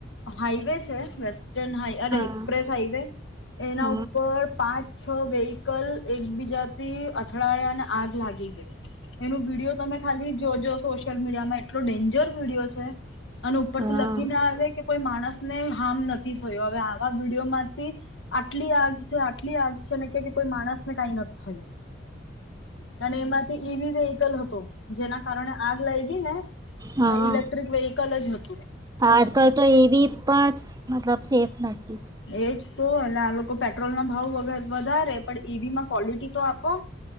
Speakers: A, on the left; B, on the right.
A: અ હ. હાઈવે છે વેસ્ટર્ન હા અરે
B: ઓહ
A: એક્સપ્રેસ હાઈવે એના
B: હા
A: ઉપર પાંચ છ વેહકલ એકબીજાથી અથડાયા અને આગ લાગી ગઈ. એનો વિડીયો તમે ખાલી જોજો સોશિયલ મીડિયા માં એટલો ડેન્જ જો <unintelligible> વિડીયો છે. અને ઉપર
B: હા
A: થી લખી ના આવે કે કોઈ માણસ ને હાર્મ નથી થયું હવે આવા વિડીયોમાંથી આટલી આગ છે આટલી આગ છે ને કે કોઈ માણસને કઈ નથી થયું. અને એમાંથી ઈવી વ્હીકલ હતો જેના કારણે આગ લાઈ ગી ને
B: હા
A: ઈલેક્ટ્રીક વ્હીકલ જ હ
B: આજકાલ તો ઈવી પણ મતલબ સેફ નથી.
A: એજ તો એ આ લોકો પેટ્રોલ ના ભાવ વગર વધારે પણ ઈવી માં. કવોલટી તો આપો.